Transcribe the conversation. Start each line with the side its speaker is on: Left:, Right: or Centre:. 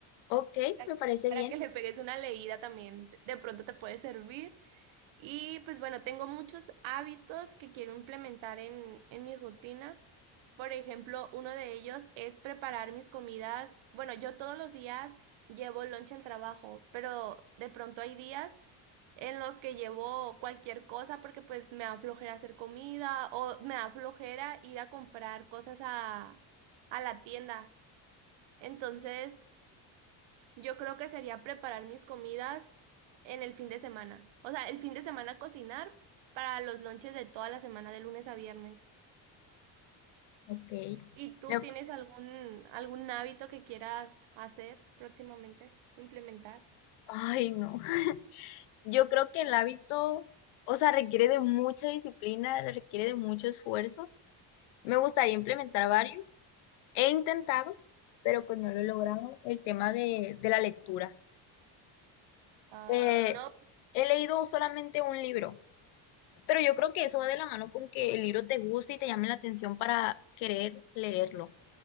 Left: Ok,
Right: para,
Left: me parece
Right: para
Left: bien.
Right: que le pegues una leída también. De pronto te puede servir. Y pues bueno, tengo muchos hábitos que quiero implementar en, en mi rutina. Por ejemplo, uno de ellos es preparar mis comidas. Bueno, yo todos los días llevo lunch al trabajo, pero de pronto hay días en los que llevo cualquier cosa porque pues me da flojera hacer comida o me da flojera ir a comprar cosas a, a la tienda. Entonces, yo creo que sería preparar mis comidas en el fin de semana. O sea, el fin de semana cocinar para los lonches de toda la semana, de lunes a viernes.
Left: Ok.
Right: ¿Y tú
Left: Me-
Right: tienes algún, algún hábito que quieras hacer próximamente, implementar?
Left: Ay, no. <laughs> Yo creo que el hábito, o sea, requiere de mucha disciplina, requiere de mucho esfuerzo. Me gustaría implementar varios He intentado, pero pues no lo he logrado, el tema de, de la lectura.
Right: Ah,
Left: Eh,
Right: no,
Left: he leído solamente un libro, pero yo creo que eso va de la mano con que el libro te guste y te llame la atención para querer leerlo.